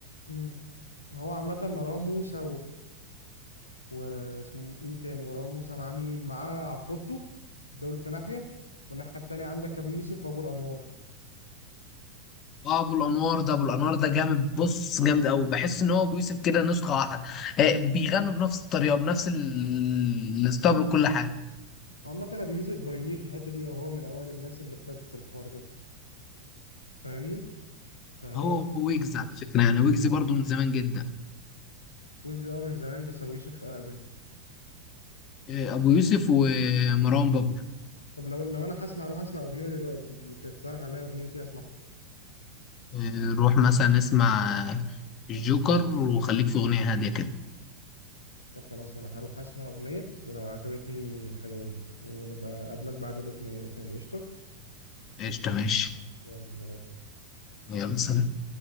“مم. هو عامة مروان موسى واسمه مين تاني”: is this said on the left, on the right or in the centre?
Left